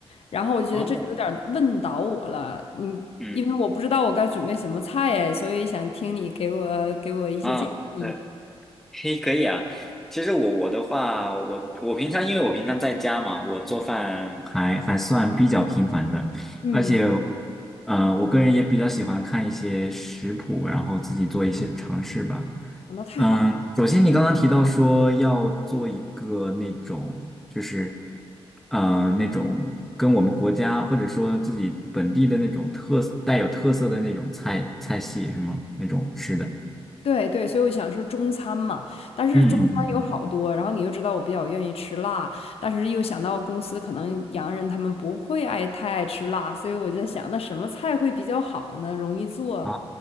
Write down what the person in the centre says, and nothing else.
哦，
嗯
啊，对。嘿，可以啊。其实我我的话，我我平常因为我平常在家嘛，我做饭还还算比较频繁的，
而且，呃，我个人也比较喜欢看一些食谱，然后自己做一些尝试吧。
嗯，首先你刚刚提到说要做一个那种，就是，呃，那种跟我们国家或者说自己本地的那种特带有特色的那种菜菜系是吗？那种吃的。
嗯嗯嗯，
啊